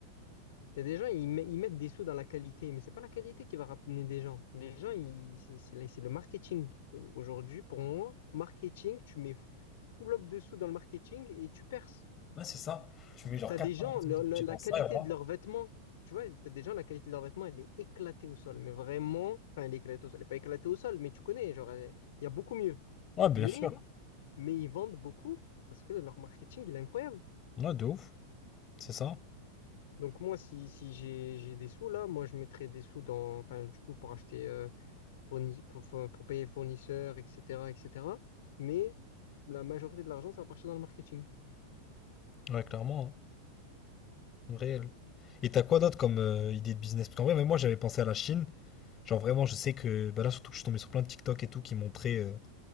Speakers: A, on the left; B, on the left.
A: Il y a des gens, ils, met- ils mettent des sous dans la qualité, mais c'est pas la qualité qui va ramener des gens. Les gens, ils- c'est c'est la- c'est le marketing. Aujourd'hui, pour moi, marketing, tu mets f- full up de sous dans le marketing et tu perces.
B: Ouais, c'est ça. Tu mets genre
A: T'as
B: 80%
A: des gens, le-
B: de ton budget
A: la,
B: dans
A: la
B: ça,
A: qualité
B: et voilà.
A: de leurs vêtements, tu vois, t'as des gens, la qualité de leurs vêtements, elle est éclatée au sol, mais vraiment, enfin, elle est éclatée au sol, elle est pas éclatée au sol, mais tu connais, genre, elle- il y a beaucoup mieux.
B: Ouais, bien
A: Mais,
B: sûr.
A: mais ils vendent beaucoup parce que leur marketing, il est incroyable.
B: Ouais, de ouf. C'est ça.
A: Donc moi, si, si j'ai j'ai des sous là, moi je mettrais des sous dans, enfin du coup pour acheter, euh, fourni- pour, pour- pour payer fournisseurs, etc., etc. Mais la majorité de l'argent, ça va partir dans le marketing.
B: Ouais, clairement. hein. Réel. Et t'as quoi d'autre comme euh, idée de business? Parce qu'en vrai, même moi, j'avais pensé à la Chine. Genre, vraiment, je sais que bah là, surtout que je suis tombé sur plein de TikTok et tout qui montraient euh,